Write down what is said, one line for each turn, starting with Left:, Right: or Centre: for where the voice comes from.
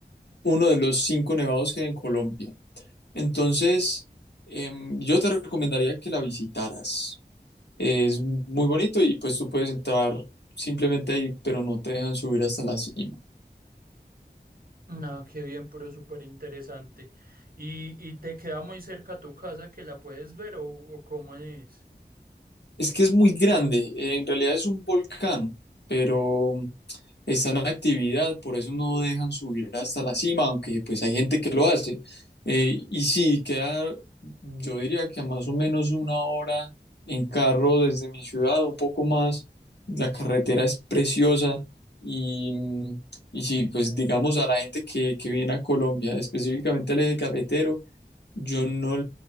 Left: uno de los cinco nevados que hay en Colombia. Entonces, em, yo te recomendaría que la visitaras. Es muy bonito y pues tú puedes entrar simplemente ahí, pero no te dejan subir hasta la cima.
Right: No, qué bien, pero súper interesante. ¿Y, y te queda muy cerca tu casa que la puedes ver o, o cómo es?
Left: Es que es muy grande, eh, en realidad es un volcán, pero están en actividad, por eso no dejan subir hasta la cima, aunque pues hay gente que lo hace. Eh, y sí, queda, yo diría que a más o menos una hora en carro desde mi ciudad, un poco más. La carretera es preciosa y, y sí, pues digamos a la gente que, que viene a Colombia, específicamente al eje cafetero, yo no,